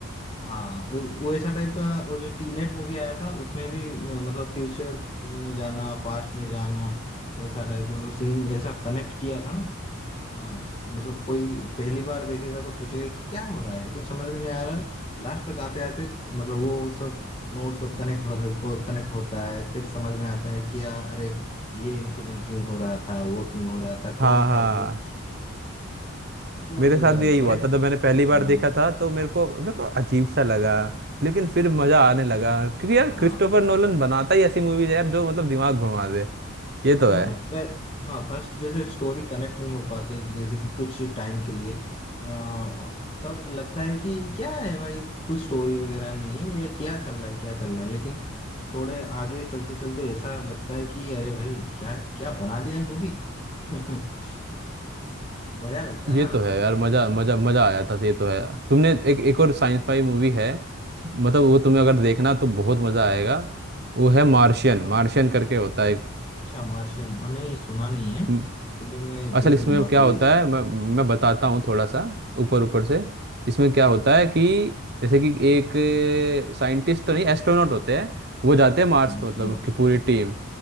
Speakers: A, on the left; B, on the right.
A: हाँ वो वो ऐसा टाइप का वो जो टी नेट मूवी आया था उसमें भी अ, मतलब फ्यूचर में जाना पास्ट में जाना वैसा टाइप का मतलब सीन ऐसा कनेक्ट किया था ना हाँ मतलब कोई पहली बार देखेगा तो सोचेगा कि क्या हो रहा है कुछ समझ में नहीं आ रहा लास्ट तक आते आते मतलब वो सब नोट सब कनेक्ट हो को कनेक्ट होता है फिर समझ में आता है कि यार अरे ये इंसिडेंट क्यों हो रहा था वो क्यों हो रहा था
B: हाँ
A: कौन
B: हाँ
A: था वो मतलब
B: मेरे
A: अ,
B: साथ भी यही हुआ
A: बड़े
B: था जब मैंने पहली बार
A: हाँ
B: देखा था तो मेरे को मेरे को अजीब सा लगा लेकिन फिर मजा आने लगा क्योंकि यार
A: हाँ
B: क्रिस्टोफर नोलन बनाता ही ऐसी मूवीज यार जो मतलब दिमाग घुमा दे ये
A: हाँ,
B: तो है
A: मतलब प- हाँ फर्स्ट जैसे स्टोरी कनेक्ट नहीं हो पाते जैसे कि कुछ टाइम के लिए अ, तब लगता है कि क्या है भाई कुछ स्टोरी वगैरह नहीं है ये क्या चल रहा है क्या चल रहा है लेकिन थोड़े आगे चलते चलते ऐसा लगता है कि अरे भाई क्या क्या बना दिया है मूवी <laughs> बढ़िया लगता है
B: ये
A: ना
B: तो है यार मजा मजा मजा आया था ये तो है यार तुमने एक एक और साइंस फाई मूवी है मतलब वो तुम्हें अगर देखना तो बहुत मजा आएगा वो है मार्शियन
A: आपको
B: मार्शियन करके होता है
A: अच्छा मार्शियन आ, नहीं सुना नहीं है
B: एक,
A: फिर भी मैं
B: असल
A: देख
B: इसमें
A: लूंगा
B: क्या
A: कोई
B: होता है मैं मैं बताता हूँ थोड़ा सा ऊपर ऊपर से इसमें क्या होता है कि जैसे कि एक साइंटिस्ट तो नहीं एस्ट्रोनॉट होते हैं वो जाते
A: अच्छा
B: हैं मार्स
A: अच्छा एस्ट्रोनॉट
B: पे मतलब उसकी पूरी टीम